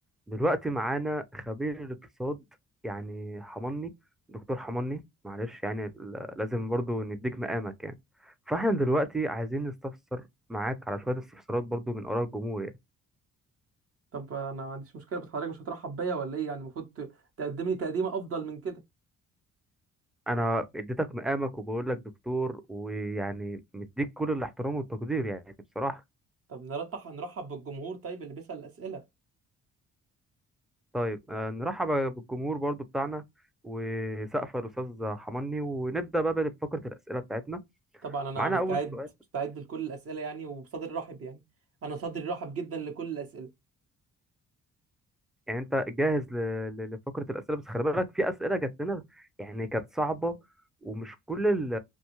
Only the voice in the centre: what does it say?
دلوقتي معانا خبير الاقتصاد يعني حماني دكتور حماني معلش يعني ال- لازم برضو نديك مقامك يعني فاحنا دلوقتي عايزين نستفسر معاك على شوية استفسارات برضو من آراء الجمهور يعني
انا اديتك مقامك وبقول لك دكتور ويعني مديك كل الاحترام والتقدير يعني بصراحة
طيب آه، نرحب بالجمهور برضو بتاعنا وسقف الأستاذ حماني ونبدأ بقى بفقرة الأسئلة بتاعتنا
معانا
أول سؤال
يعني انت جاهز ل- ل- لفقره الاسئله بس خلي بالك في اسئله جات لنا يعني كانت صعبه ومش كل ال-